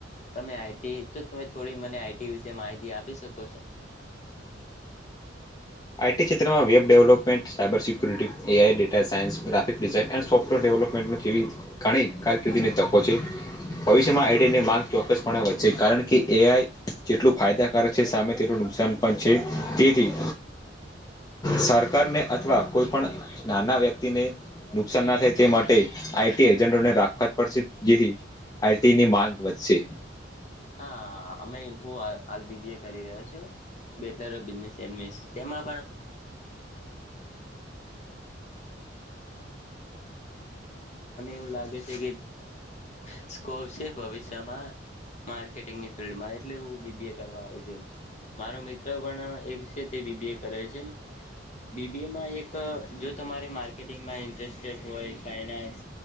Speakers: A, on the left (about 40°); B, on the left (about 20°).
A: તમે આઈટી તો તમે થોડી મને આઈટી વિશે માહિતી આપી શકો છો
B: આઈટી ક્ષેત્રમાં web development cyber security A I data science graphic design અને સોફ્ટવેર ડેવલપમેન્ટ જેવી ઘણી કારકિર્દીની તકો છે ભવિષ્યમાં એઈટીની માંગ ચોક્કસપણે વધસે કારણ કે કે એઆઈ જેટલું ફાયદાકારક છે સામે તેટલું નુકસાન પણ છે તેથી સરકારને અથવા કોઈ પણ નાના વ્યક્તિ ને નુકસાન ના થાય તે માટે આઈટી એજન્ટોને રાખવા પડશે. જીથી આઈટી ની માંગ વધશે.
A: હા અમે હું હાલ બીબીએ કરી રહો છું બેચલર ઓફ બિઝનેસ મેનેજર <unintelligible> મને એવું લાગે છે કે સ્કોપ છે ભવશ્યામાં માર્કેટિંગની ફિલ્ડમાં એટલે હું બીબીએ કરવા આયો છું મારો મિત્ર પણ એક છે તે બીબીએ કરે છે બીબીએમાં એક જો તમારે માર્કેટિંગમાં ઇન્ટરેસ્ટેડ હોય ફાઈનાન્સ